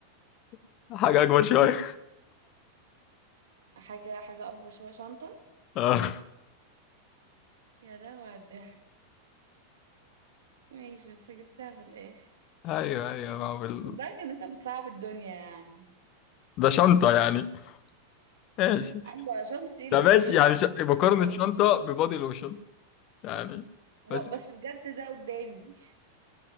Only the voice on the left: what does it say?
<laughs> حاجة أكبر شوية
أه،
أيوه أيوه ما هو ال-
ده شنطة يعني ماشي
ده
ماشي يعني ش... مقارنة
شنطة ببادي لوشن يعني
بس